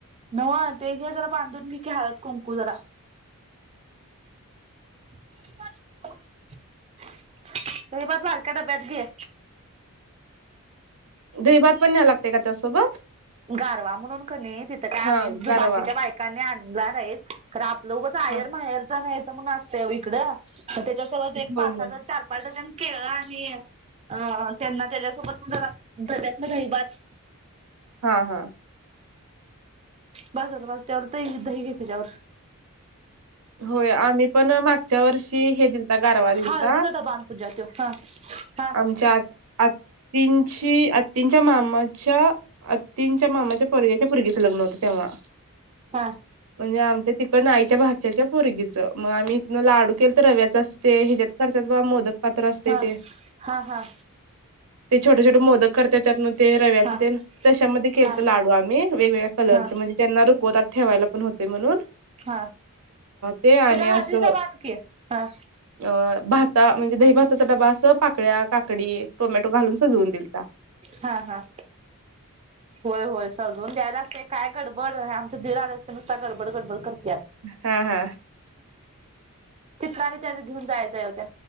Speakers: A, on the right; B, on the right.
A: नव ते घे जरा बांधून घी की हळद कुंकू जरा. <unintelligible> दही भात बारक्या डब्यात घे.
B: दहीभात पण न्हायला लागतय का त्यासोबत?
A: गारवा म्हणून क नइ तिथं काय
B: हा
A: आम्ही
B: गारवा
A: बाकीच्या बायकांनी आणणार आहेत खरं आपलं उगच आहेर
B: हा
A: माहेरचा न्यायचा म्हणून असतय, वो इकडं त्याच्यासोबत एक पासाह
B: होय होय
A: चार पाच जण केळ आणि अ त्यांना त्याच्यासोबत जरासं डब्यातन दही भात
B: हा हा
A: बास झालं बास त्यावर दही दही घे तेजावर.
B: होय आम्ही पण मागच्या वर्षी ती हे दिलता, गारवा दिलता,
A: हळदीचा डबा आण पूजा त्यो हा हा
B: आमच्या आ आती आत्तीची च्या मामाच्या अत्तींच्या मामाच्या पोरग्याच्या पोरगीचं लग्न होतं तेव्हा.
A: हा
B: म्हणजे आमच्या त पण आईच्या भाच्याच्या पोरगीचं मग आम्ही इथन लाडू केलं तर रव्याच असते ह्याच्यात करत्यात बघा मोदक पात्र असते
A: हा
B: ते,
A: हा हा.
B: ते छोटे - छोटे मोदक करतय त्यातन. ते रव्याचं
A: हा
B: ते त्याशमध्ये केल
A: हा
B: तर लाडू आम्ही वेगवेगळ्या कलरचं
A: हा
B: म्हणजे त्यांना रुकवत ठेवायला पण होते म्हणून,
A: हा
B: ते आणि
A: पूजा हळदीचा
B: असं
A: डबा आण की हा
B: अ... म्हणजे दही भाताचा डबा असं पाकळ्या, काकडी, टोमॅटो, घालून सजवून दिल त.
A: हा हा होय होय सजवून द्याय लागतय काय गड बड आमचं दीर आलं तर नुसतता गडबड, गडबड करत्यात
B: हा हा
A: तिकडे आणि त्यांना घेऊन जायचंय होतं.